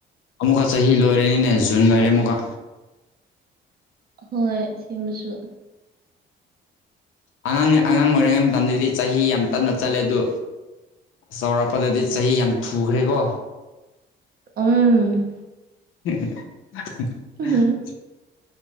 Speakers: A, on the left (about 85°); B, on the right (about 50°).
A: ꯑꯃꯨꯛꯀ ꯆꯍꯤ ꯂꯣꯏꯔꯦꯅꯤꯅꯦ ꯖꯨꯟ ꯃꯔꯤꯦ ꯑꯃꯨꯛꯀ
B: ꯍꯣꯏ ꯁꯤꯕꯁꯨ <unintelligible>
A: ꯑꯉꯥꯡ ꯑꯉꯥꯡ ꯑꯣꯏꯔꯤꯉꯩ ꯃꯇꯝꯗꯗꯤ ꯆꯍꯤ ꯌꯥꯝ ꯇꯞꯅ ꯆꯠꯂꯦ ꯑꯗꯨ ꯆꯥꯎꯔꯥꯛꯄꯗꯗꯤ ꯆꯍꯤ ꯌꯥꯝ ꯊꯨꯈ꯭ꯔꯦꯀꯣ
B: ꯎꯝ
A: <unintelligible>
B: ꯎꯝ